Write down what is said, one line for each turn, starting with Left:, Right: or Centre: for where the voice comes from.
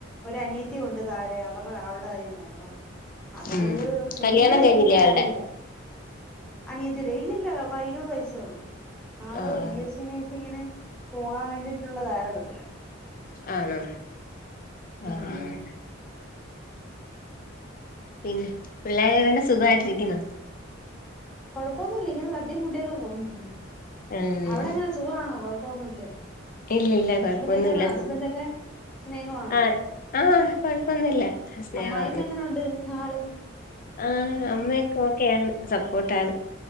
Centre: ഒരനിയത്തി ഒണ്ട് താഴെ അവര്ടെ അവൾടെ കാര്യം നോക്കണം അതുകൊണ്ട്
Left: ഉം
Centre: കുഞ്ഞുങ്ങളെ
Left: കല്യാണം കഴിഞ്ഞില്ലേ
Centre: ഏപ്പിക്കാൻ
Left: അയാൾടെ
Centre: ആരുല്ല അനിയത്തിയിടെ ഇല്ലില്ല പ ഇരുപത് വയസ്സേ ഒള്ളൂ ആള്
Left: ആഹ്
Centre: ബി എസ് സി നഴ്സിങ്ങിന് പോകാൻ വേണ്ടിയിട്ടുള്ള തയ്യാറെടുപ്പിലാ
Left: ആണോ
Centre: ഉം
Left: ആഹ് ആഹ് പിന്നെ പിള്ളേരെകൊണ്ട് സുഖായിട്ടിരിക്കുന്നോ
Centre: കൊഴപ്പൊന്നുല്ല ഇങ്ങനെ തട്ടി മുട്ടിയൊക്കെ പോന്നു
Left: ഉം
Centre: അവിടെങ്ങനെ സുഖാണോ കൊഴപ്പൊന്നുല്ലേ
Left: ഇല്ലില്ല
Centre: ഹസ്ബൻ്റൊക്കെ
Left: കൊഴപ്പൊന്നുല്ല
Centre: ഹസ്ബൻ്റൊക്കെ
Left: സു
Centre: സ്നേഹവാണോ
Left: ആഹ് ആഹ് കൊഴപ്പൊന്നുല്ല സ്നേഹമാണ്
Centre: അമ്മായി അമ്മ എങ്ങനൊണ്ട്? നാള്
Left: ആഹ് അമ്മയൊക്കെ ഓക്കെയാണ് സപ്പോർട്ടാണ്